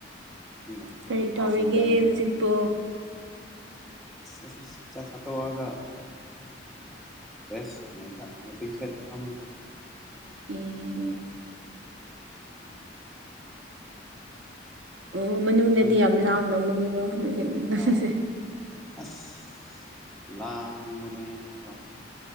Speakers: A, in the centre; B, on the right (about 75°).
A: <unintelligible>
B: ꯀꯔꯤ
A: ꯍꯥꯎꯕ
B: ꯇꯧꯔꯤꯒꯦ
A: ꯏꯟꯖꯥꯡꯅꯤꯅꯦ
B: ꯍꯧꯖꯤꯛꯄꯣ
A: ꯑꯁ ꯆꯥꯛ ꯆꯥꯇꯣꯛꯑꯒ ꯔꯦꯁ ꯀꯩꯅꯣꯗ ꯋꯥꯇꯤꯡ ꯁꯦꯠꯇꯥ ꯐꯝꯃꯤ
B: <unintelligible> ꯑꯣ ꯃꯅꯨꯡꯗꯗꯤ
A: ꯉꯥꯛꯇꯪ
B: ꯌꯥꯝ ꯂꯥꯡ ꯂꯝꯒꯅꯤꯀꯣ ꯍꯧꯖꯤꯛ ꯃꯇꯝꯁꯦ
A: ꯑꯥ ꯑꯁ ꯂꯥꯡꯕꯅꯦꯗꯥꯀꯣ